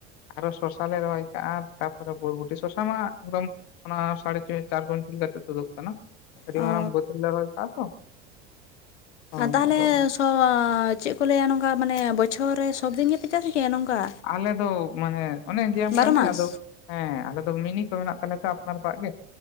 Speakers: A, on the left; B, on the left.
A: ᱟᱨᱦᱚ ᱥᱚᱥᱟ ᱞᱮ ᱨᱚᱦᱚᱭ ᱟᱠᱟᱜᱼᱟ᱾ ᱛᱟᱯᱚᱨᱮ ᱵᱚᱨᱵᱩᱴᱤ ᱥᱚᱥᱟ ᱢᱟ ᱮᱠᱫᱚᱢ ᱚᱱᱟ ᱥᱟᱲᱮ ᱪᱚᱭ ᱪᱟᱨ ᱠᱩᱱᱴᱮᱞ ᱠᱟᱛᱮ ᱛᱩᱫᱩᱜ ᱠᱟᱱᱟ᱾ ᱟᱹᱰᱤ
B: ᱚᱻ
A: ᱢᱟᱨᱟᱝ ᱵᱟᱹᱛ ᱨᱮᱠᱮ ᱨᱚᱦᱚᱭ ᱠᱟᱜᱟ ᱛᱚ, ᱦᱳᱭ
B: ᱛᱟᱦᱚᱞᱮ
A: ᱟᱫᱚ
B: ᱥᱚ ᱪᱮᱫ ᱠᱚ ᱞᱟᱹᱭᱟ ᱱᱚᱝᱠᱟ ᱢᱟᱱᱮ ᱵᱚᱪᱷᱚᱨ ᱨᱮ ᱥᱚᱵ ᱫᱤᱱ ᱜᱮᱯᱮ ᱪᱟᱥ ᱠᱮᱭᱟ ᱱᱚᱝᱠᱟ?
A: ᱟᱞᱮ ᱫᱚ ᱢᱟᱱᱮ ᱚᱱᱮᱧ ᱞᱟᱹᱭᱟᱢ
B: ᱵᱟᱨᱚ
A: ᱠᱟᱱᱫᱚ
B: ᱢᱟᱥ
A: ᱟᱫᱚ ᱦᱮᱸ ᱟᱞᱮ ᱫᱚ ᱢᱤᱱᱤ ᱠᱚ ᱢᱮᱱᱟᱜ ᱛᱟᱞᱮᱭᱟ ᱛᱚ ᱟᱯᱱᱟᱨ ᱠᱚᱣᱟᱜ ᱜᱮ